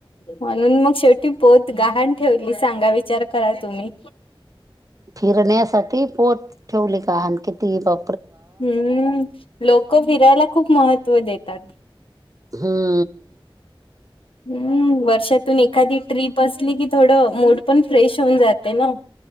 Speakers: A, on the left; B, on the right.
A: म्हणून मग शेवटी पोत गहाण ठेवली, सांगा विचार करा तुम्ही.
B: फिरण्यासाठी पोत ठेवली का अन किती बा
A: हम्म.. लोक फिरायला खूप महत्त्व देतात.
B: हम्.
A: हम्म. वर्षातून एखादी ट्रीप असली की, थोडं मूड पण फ्रेश होऊन जाते ना.